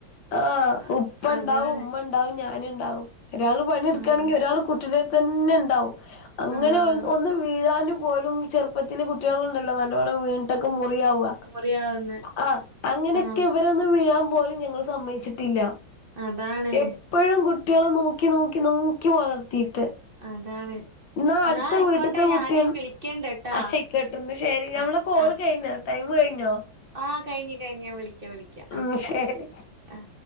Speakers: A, on the left (about 70°); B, on the right (about 30°).
A: ആ
B: അ
A: ഉപ്പ
B: അതാണ്.
A: ഉണ്ടാവും ഉമ്മ ഉണ്ടാവും ഞാനും ഉണ്ടാവും ഒരാൾ പണിെടുക്കുകയാണെങ്കിൽ
B: ആഹ്
A: ഒരാൾ കുട്ടിടെട്തന്നെ ഉണ്ടാവും അങ്ങനെ
B: ആഹ്
A: ഒന്ന് വീഴൻ പോലും ചെറുപ്പ കുട്ടികള ഉണ്ടല്ലോ നല്ലോണം വീണ്ട്ടൊക്കെ മുറിയവുക
B: മുറിയാവുന്നെ.
A: ആ അങ്ങനെയൊക്കെ
B: ആഹ്
A: ഇവരെ ഒന്ന് വീഴാൻ പോലും ഞങ്ങൾ സമ്മച്ചിട്ടില്ല
B: അതാണ്
A: എപ്പോഴും കുട്ടികള നോ നോക്കി നോക്കി നോക്കി വളർത്തിയിട്ട്
B: അതാണ്.
A: എന്നാ അടുത്ത
B: ന്നാ ആയിക്കോട്ടെ
A: വീട്ടത്തെ കുട്ടിയ
B: ഞാന് വിളിക്കണ്ട്ട്ടാ.
A: ആയിക്കോട്ടന്ന് ശരി ഞമ്മടെെ
B: ആഹ്
A: കോള്
B: ആഹ്
A: കഴിഞ്ഞ ടൈം കഴിഞ്ഞോ?
B: ആഹ് കഴിഞ്ഞ് കഴിഞ്ഞാ വിളിക്കാം വിളിക്കാം ആഹ്
A: ഉ ശരി
B: ആഹ്.